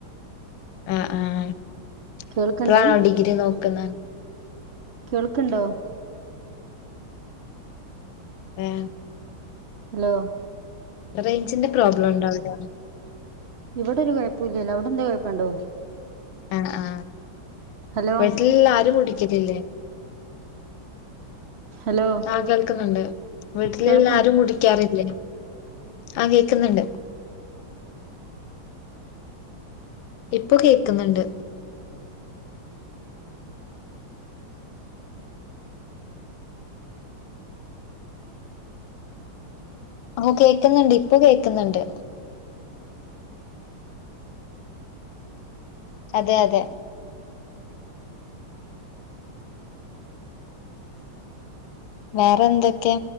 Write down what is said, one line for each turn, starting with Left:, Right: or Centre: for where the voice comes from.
Left: ആ ആ ഇപ്പഴാണോ
Right: കേൾക്കണ്ട്
Left: ഡിഗ്രി നോക്കുന്ന
Right: കേൾക്കണ്ടോ
Left: ഏ
Right: ഹലോ
Left: റേഞ്ചിന്റെ പ്രോബ്ലം ഉണ്ടോ അവിടെ
Right: ഇവിടെ ഒരു കുഴപ്പഇല്ലല്ലോ അവിടെ എന്തോ കുഴപ്പുണ്ടോ
Left: ആ ആ
Right: ഹലോ
Left: വീട്ടിലല്ലാരും കുടിക്കലില്ലേ
Right: ഹലോ
Left: ആ കേൾക്കുന്നുണ്ട് വീട്ടിൽ
Right: കേൾക്ക
Left: എല്ലാരും കുടിക്കാറില്ലേ ആ കേക്കുന്നുണ്ട് ഇപ്പൊ കേക്കുന്നുണ്ട് ഓ കേൾക്കുന്നുണ്ട് ഇപ്പോ കേക്കുന്നുണ്ട് അതെ അതെ വേറെന്തൊക്കെ